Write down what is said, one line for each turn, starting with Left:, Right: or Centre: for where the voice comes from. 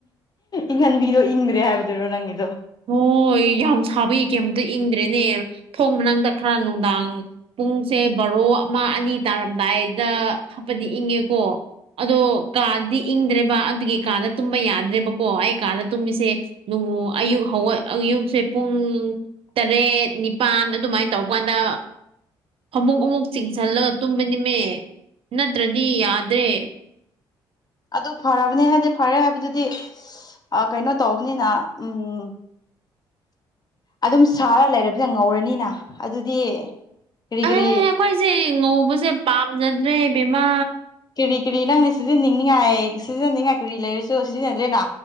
Left: ꯏꯪꯍꯟꯕꯤꯗꯣ ꯏꯪꯗ꯭ꯔꯦ ꯍꯥꯏꯕꯗꯨꯔꯣ ꯅꯪꯒꯤꯗꯣ꯫
Right: ꯍꯣꯏ ꯌꯥꯝ ꯁꯥꯕꯒꯤ ꯀꯩꯝꯇ ꯏꯪꯗ꯭ꯔꯦꯅꯦ ꯊꯣꯡ ꯃꯅꯥꯛꯗ ꯈꯔ ꯅꯨꯡꯗꯥꯡ ꯄꯨꯡꯁꯦ ꯕꯥꯔꯣ ꯑꯃ ꯑꯅꯤ ꯇꯥꯔꯝꯗꯥꯏꯗ ꯍꯥꯞꯄꯗꯤ ꯏꯪꯉꯦꯀꯣ꯫ ꯑꯗꯣ ꯀꯥꯗꯗꯤ ꯏꯪꯗ꯭ꯔꯦꯕ ꯑꯗꯨꯒꯤ ꯀꯥꯗ ꯇꯨꯝꯕ ꯌꯥꯗ꯭ꯔꯦꯕꯀꯣ ꯑꯩ ꯀꯥꯗ ꯇꯨꯝꯃꯤꯁꯦ ꯅꯣ ꯑꯌꯨꯛ ꯍꯧꯒꯠ ꯑꯌꯨꯛꯁꯦ ꯄꯨꯡ ꯇꯔꯦꯠ ꯅꯤꯄꯥꯟ ꯑꯗꯨꯃꯥꯏꯅ ꯇꯧꯕ ꯀꯥꯟꯗ ꯐꯃꯨꯡ ꯑꯃꯨꯛ ꯆꯤꯡꯁꯤꯜꯂꯒ ꯇꯨꯝꯕꯅꯤꯃꯦ ꯅꯠꯇ꯭ꯔꯗꯤ ꯌꯥꯗ꯭ꯔꯦ꯫
Left: ꯑꯗꯨ ꯐꯔꯕꯅꯦ ꯍꯥꯏꯗꯤ ꯐꯔꯦ ꯍꯥꯏꯕꯗꯨꯗꯤ ꯀꯩꯅꯣ ꯇꯧꯕꯅꯤꯅ ꯎꯝ, ꯑꯗꯨꯝ ꯁꯥꯔ ꯂꯩꯔꯕꯅꯤꯅ ꯉꯧꯔꯅꯤꯅ ꯑꯗꯨꯗꯤ, ꯀꯔꯤ
Right: ꯑꯦ
Left: ꯀꯔꯤ
Right: ꯑꯩꯈꯣꯏꯁꯦ ꯉꯧꯕꯁꯦ ꯄꯥꯝꯖꯗ꯭ꯔꯦ ꯕꯦꯝꯃꯥ꯫
Left: ꯀꯔꯤ ꯀꯔꯤ ꯅꯪꯅ ꯁꯤꯖꯤꯟꯅꯤꯡꯅꯤꯉꯥꯏ ꯁꯤꯖꯤꯟꯅꯤꯡꯉꯥꯏ ꯀꯔꯤ ꯂꯩꯔꯁꯨ ꯁꯤꯖꯤꯟꯅꯗ꯭ꯔꯦꯅ꯫